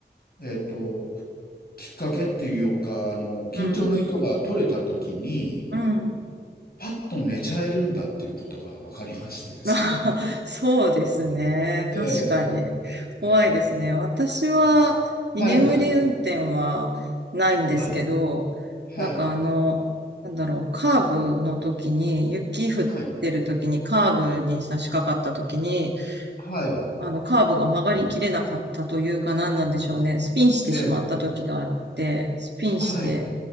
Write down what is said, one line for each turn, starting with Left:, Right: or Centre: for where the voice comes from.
Left: えっと、きっかけっていうか、あの、緊張の糸が取れた時に、
Right: うん。うん
Left: パッと寝ちゃえるんだっていうことが分かりましてですね。
Right: あ <laughs> そうですね。
Left: ええ
Right: 確かに。怖いですね。
Left: ええ
Right: 私は居眠り運転はないんですけど、
Left: ええはいはい、はい、はい、
Right: なんかあの、なんだろう、カーブの時に、雪降ってる時に、
Left: はい、
Right: カーブに差し掛かった時に、
Left: はい、
Right: あの、カーブが曲がりきれなかったというか何なんでしょうね。スピンしてしまった時があって、
Left: ええ
Right: スピンして、
Left: はい、